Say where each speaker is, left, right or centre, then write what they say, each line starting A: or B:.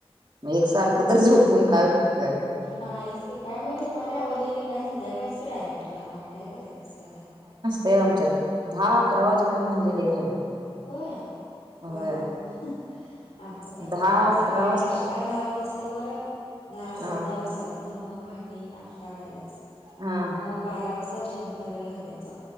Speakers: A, on the right; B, on the left.
A: मग एकसारखं झोपून काय उपयोग आहे.
B: नाहीच की काय होय दुपारी आवरलं की काय संध्याकायच की डायरेक्ट कामाने काय करायचं असते आता.
A: ते आमच्या दहा अकरा वाजेपर्यंत म्हणजे ल झालं.
B: होय भारीच
A: होय
B: कि मग आमचा नेभ
A: दहा
B: आमच्यात
A: अकरा
B: सकाळी नाशतात
A: वाजता
B: दहा वाजसतवर दहा
A: हा
B: साडे दहा वाजतात धुनं भांडी नाश्ता व्हायलाच.
A: हा.
B: मग बारा वाजता जेवण करायला घालायचं.